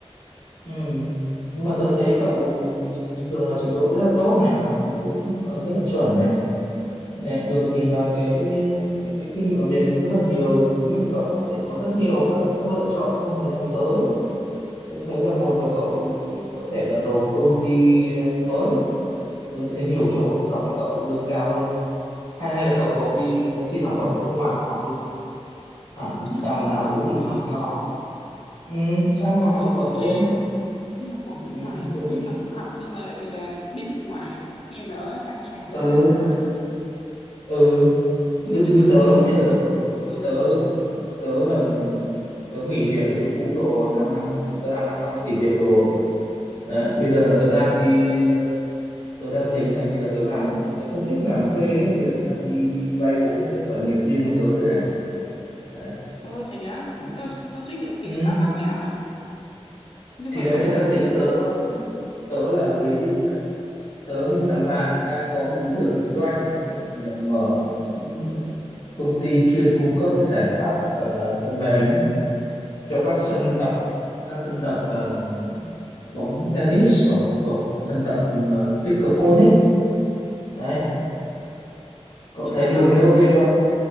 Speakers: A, on the left (about 75°); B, on the left (about 55°).
A: ừ. nhưng mà tôi thấy cậu bình, bình thường là trình độ rất là tốt này ngoại ngữ cũng là rất là chuẩn này Này, rồi thì là cái cái cái kinh nghiệm làm việc cũng rất là nhiều rồi tôi nghĩ là cậu có thể có rất nhiều các các lựa chọn trong thời gian tới tôi thấy là một là cậu có thể là nộp công ty ờ, mới tôi nghĩ thấy nhiều chỗ hợp với cậu lương cao hơn hay hay là cậu cậu đi xin học bổng ở nước ngoài cậu học đi hẳn
B: xin học
A: đằng
B: bổng
A: nào
B: nước
A: cũng
B: ngoài
A: định học
B: á
A: cao học ừ, sang ngoài học
B: ừ
A: bổng luôn
B: ha xin học bổng nước
A: ừ,
B: ngoài
A: rồi
B: cũng
A: mình
B: đi học du học nhưng mà lại là bên nước ngoài nghe nó sang chảnh hơn
A: ừ
B: hẳn ha
A: ừ như
B: nhưng mà
A: như
B: trước giờ
A: tớ
B: tớ
A: là bây
B: không
A: giờ
B: có
A: tớ
B: cái ừ
A: tớ
B: cậu sao
A: tớ là tớ nghỉ việc ở chỗ cũ rồi 5 năm năm tớ làm 5 năm năm tớ nghỉ việc rồi đấy bây giờ là tớ đang đi tớ đang tính là bây giờ tớ làm tớ không thích làm thuê ấy. bây giờ tớ đang đi đi vay vốn để tớ khởi nghiệp riêng của tớ đấy này đấy
B: ờ thế á
A: thì,
B: sao sao thích kiểu kiểu
A: ừ,
B: start up ấy hả nhưng
A: thì
B: mà
A: đấy
B: cậu vẫn
A: tớ đang tính
B: làm
A: tớ tớ là với tớ với một thằng bạn đang có một ý tưởng kinh doanh đang định ờ, mở một cái ờ, công ty chuyên cung cấp cái giải pháp ờ, phần mềm ấy, cho các sân tập các sân tập ờ, bóng tennis hoặc là bóng sân tập ừ, ờ, pickleball ấy đấy cậu
B: nhưng
A: thấy
B: mà
A: cái
B: nó
A: hướng
B: cũng
A: đấy ok không